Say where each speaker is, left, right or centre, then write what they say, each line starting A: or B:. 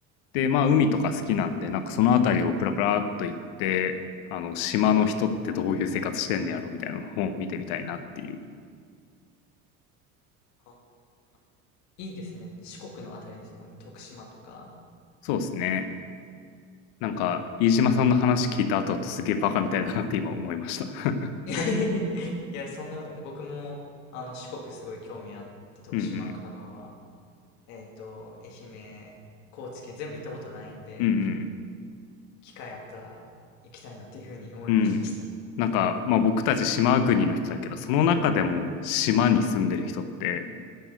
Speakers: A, on the left; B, on the left.
A: で、まあ海とか好きなんで、なんかその辺りをプラプラっと行って、あの、島の人ってどういう生活してんのやろみたいなのを見てみたいなっていう。
B: はいはいはいはいああありますねありますねはいはいはいはいあーいいですね。四国のあたりですもんね。徳島とか。
A: そうですね。なんか、飯島さんの話聞いた後だとすげえバカみたいだなって今思いました。<laughs>
B: いやいやいやいや、そんなことない。僕も、あの、四国すごい興味あって、徳島、
A: うんうん。
B: 香川、えっと、愛媛、高知県全部行ったことないんで、
A: うん
B: 機会あったら行きたいなっていうふうに思いました。
A: うん。うん。なんか、まあ僕たち島国の人だけど、その中でも島に住んでる人って